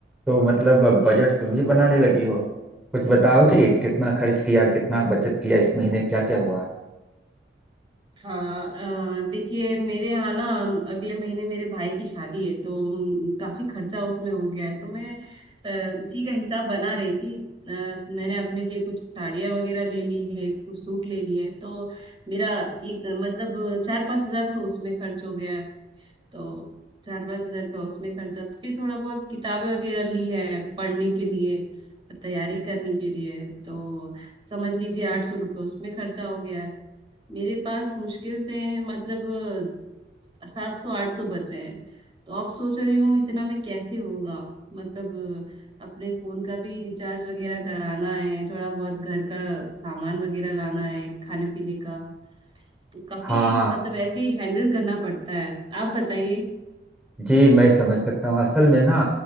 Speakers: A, in the centre; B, on the right (about 30°).
A: तो मतलब अब बजट तुम भी बनाने लगी हो कुछ बताओ कि कितना खर्च किया कितना बचत किया इस महीने क्या क्या हुआ
B: हाँ अ, देखिए मेरे यहाँ ना अगले महीने मेरे भाई की शादी है तो अम, काफी खर्चा उसमें हो गया है तो मैं अ, उसी का हिसाब बना रही थी अ, मैंने अपने लिए कुछ साड़ियाँ वगैरह ले ली है कुछ सूट ले लिए हैं तो मेरा एक मतलब चार पांच हजार तो उसमें खर्च हो गया तो चार पांच हजार का उसमें खर्चा तो फिर थोड़ा बहुत किताबें वगैरह ली है पढ़ने के लिए तैयारी करने के लिए तो समझ लीजिए आठ सौ रुपये उसमें खर्चा हो गया है मेरे पास मुश्किल से मतलब सात सौ आठ सौ बचे हैं तो अब सोच रही हूँ इतना में कैसे होगा मतलब अपने फोन का भी रिचार्ज वगैरह कराना है थोड़ा बहुत घर का सामान वगैरह लाना है खाने पीने का तो काफी
A: हाँ हाँ
B: मतलब ऐसे ही हैंडल करना पड़ता है आप बताइए
A: जी मैं समझ सकता हूँ असल में ना